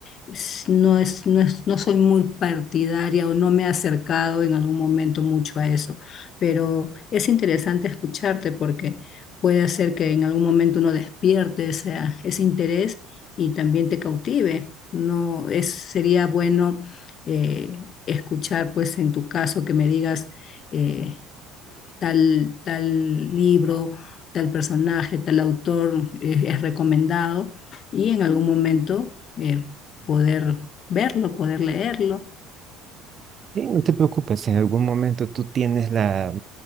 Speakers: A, on the left; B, on the right.
A: es- no es, no es- no soy muy partidaria o no me he acercado en algún momento mucho a eso. Pero es interesante escucharte porque puede ser que en algún momento uno despierte ese, ese interés y también te cautive. No es, sería bueno eh, escuchar, pues en tu caso, que me digas. eh, tal, tal libro, tal personaje, tal autor eh, es recomendado y en algún momento eh, poder verlo, poder leerlo.
B: Sí, no te preocupes, si en algún momento tú tienes la,